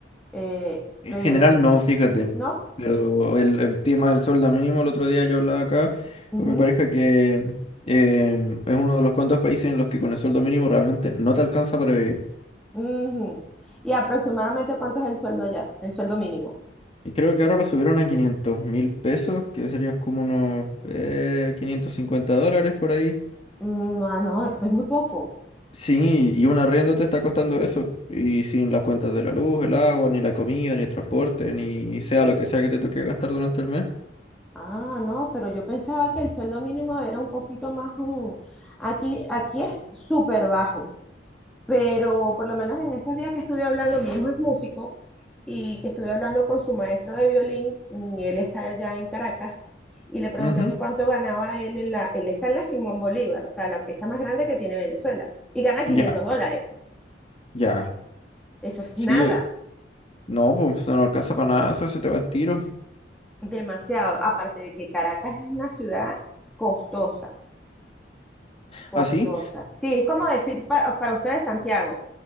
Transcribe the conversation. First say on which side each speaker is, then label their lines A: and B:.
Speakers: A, in the centre; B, on the left (about 35°).
A: eh,
B: en
A: pero,
B: general no, fíjate.
A: ¿no?
B: Pero el, el tema del sueldo mínimo, el otro día yo hablaba acá
A: Ujú,
B: con mi pareja que em, es uno de los cuantos países en los que con el sueldo mínimo realmente no te alcanza para vivir.
A: ujú. ¿Y aproximadamente cuánto es el sueldo allá? El sueldo mínimo.
B: Y creo que ahora lo subieron a quinientos mil pesos, que serían como unos eh, 550 dólares por ahí.
A: Mm, Ah, no, es es muy poco.
B: Sí, y un arriendo te está costando eso. Y sin las cuentas de la luz, el agua, ni la comida, ni el transporte, ni sea lo que sea que te toque gastar durante el mes.
A: Ah, no, pero yo pensaba que el sueldo mínimo era un poquito más un... Aquí, aquí es súper bajo, pero por lo menos en estos días que estuve hablando, mi hijo es músico y que estuve hablando con su maestro de violín, y él está allá en Caracas, y le pregunté
B: Ujú,
A: que cuánto ganaba él en la... Él está en la Simón Bolívar, o sea, la orquesta más grande que tiene Venezuela, y gana
B: Ya,
A: 500 dólares.
B: ya.
A: Eso es nada,
B: Sí, no, pues no alcanza para nada, eso se te va al tiro.
A: demasiado. Aparte de que Caracas es una ciudad costosa. costosa.
B: ¿Ah, sí?
A: Sí, es como decir para, para ustedes Santiago,